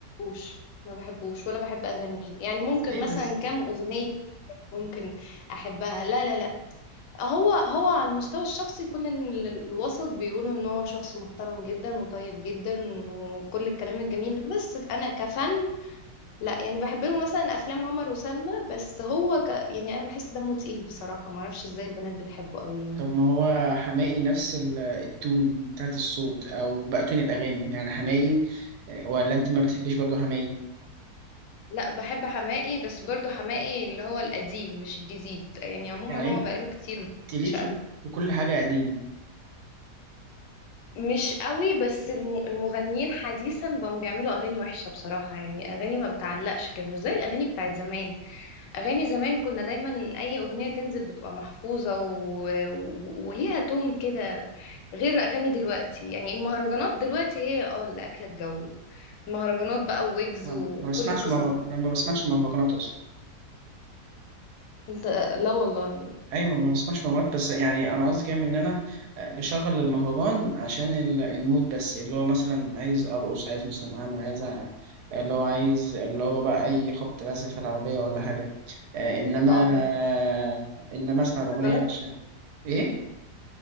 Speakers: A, on the left; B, on the right.
A: بحبوش ما بحبوش ولا بحب اغانيه يعني ممكن
B: ليه
A: مثلا
B: بس؟
A: كام اغنيه ممكن احبها لا لا لا هو هو على المستوى الشخصي كل ال- الوسط بيقولوا ان هو شخص محترم جدا وطيب جدا وكل الكلام الجميل ده. بس انا كفن لا يعني بحب له مثلا افلام عمر وسلمى بس هو ك... يعني انا بحس دمه تقيل بصراحه ما اعرفش ازاي البنات بتحبه قوي يعني
B: طب ما هو حماقي نفس ال- التون بتاعت الصوت او بقى تون الاغاني يعني حماقي آه، ولا انت ما بتحبيش برضه حماقي
A: لا بحب حماقي بس برضو حماقي اللي هو القديم مش الجديد يعني عموما
B: يعني
A: هو بقاله كتير ما
B: انت ليكي
A: مش قلبه
B: وكل حاجه قديم
A: مش قوي بس الم- المغنيين حديثا بقوا بيعملوا اغاني وحشه بصراحه يعني اغاني ما بتعلقش كده مش زي الاغاني بتاعت زمان اغاني زمان كنا دايما اي اغنيه تنزل بتبقى محفوظه و... و... وليها تون كده غير اغاني دلوقتي يعني المهرجانات دلوقتي هي اه اللي اكله الجو المهرجانات بقى ويجز
B: ما
A: وكل
B: ما بسمعش
A: القصص
B: مهر-
A: دي.
B: ما بسمعش مهرجانات اصلا
A: انت لا والله
B: ايوه ما بسمعش مهرجانات بس يعني انا قصدي كام ان انا آه، بشغل المهرجان عشان ال- المود بس اللي هو مثلا عايز ارقص عايز مثلا اعمل عايز أ- اللي هو عايز اللي هو بقى اي خبط لازق في العربيه ولا حاجه آه، انما
A: اه
B: آه، انما اسمع الاغنيه
A: ما
B: عشان ايه